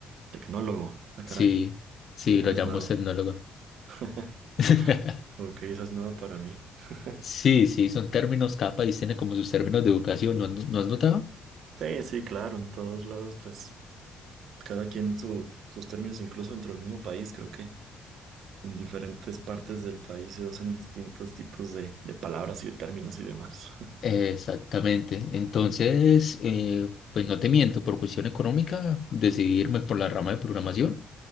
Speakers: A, on the right; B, on the left.
A: Tecnólogo, ah, caray.
B: Sí, sí,
A: Sí, eres
B: lo llamamos
A: nueva.
B: tecnólogo.
A: <laughs>
B: <laughs>
A: Ok, esa es nueva para mí. <laughs>
B: Sí, sí, son términos, cada país tiene como sus términos de educación, ¿no, has no no has notado?
A: Sí, sí, claro, en todos lados, pues. cada quien su, sus términos, incluso dentro del mismo país, creo que en diferentes partes del país se usan distintos tipos de, de palabras y de términos y demás.
B: Exactamente. Entonces, eh, pues no te miento, por cuestión económica decidí irme por la rama de programación